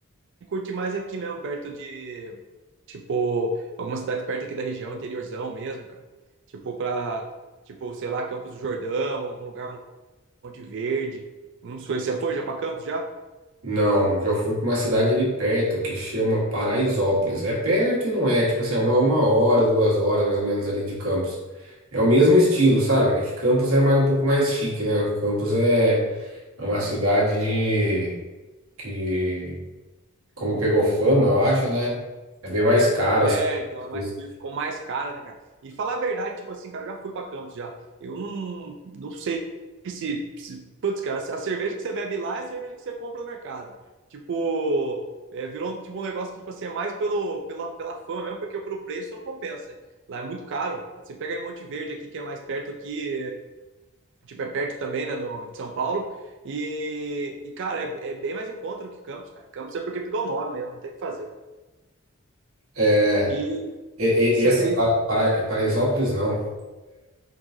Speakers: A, on the right; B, on the right.
A: que curtir mais aqui mesmo, perto de. Tipo, alguma cidade perto aqui da região, interiorzão mesmo, cara. Tipo, pra. Tipo, sei lá, Campos do Jordão, algum lugar Monte Verde. Não sei, você foi já para Campos já?
B: Não, já fui para uma cidade ali perto que chama Paraisópolis. É perto e não é, tipo assim, é uma, uma hora, duas horas mais ou menos ali de Campos. É o mesmo estilo, sabe? É que Campos é mais, um pouco mais chique, né? Campos é, é uma cidade de que, como pegou fama, eu acho, né? É bem mais caro.
A: É,
B: as
A: então é mais-
B: coisas.
A: ficou mais cara, né, cara? E falar a verdade, tipo assim, cara, eu já fui pra Campos já. Eu não, não sei se, se. Putz, cara, a cerveja que você bebe lá é a cerveja que você compra no mercado. Tipo, é, virou um- tipo, um negócio que, tipo assim, é mais pelo, pela, pela fama mesmo, porque pelo preço não compensa. Lá é muito caro. Você pega em Monte Verde aqui, que é mais perto aqui, tipo, é perto também, né, no, de São Paulo. E, e cara, é, é bem mais encontro que Campos, cara. Campos é porque pegou o nome mesmo, não tem o que fazer.
B: É,
A: E,
B: e-
A: e você
B: e- essa
A: fez
B: para, Para- é Paraisópolis não,